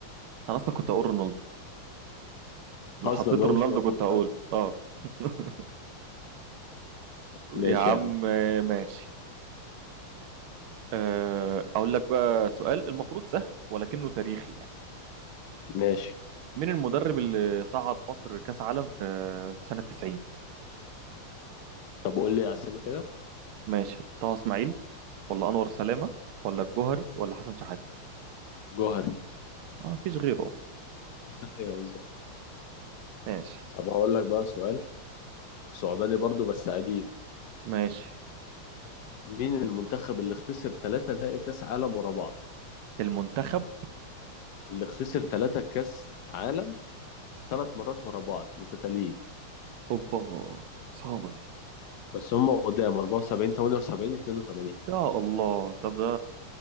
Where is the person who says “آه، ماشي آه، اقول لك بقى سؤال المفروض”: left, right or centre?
Right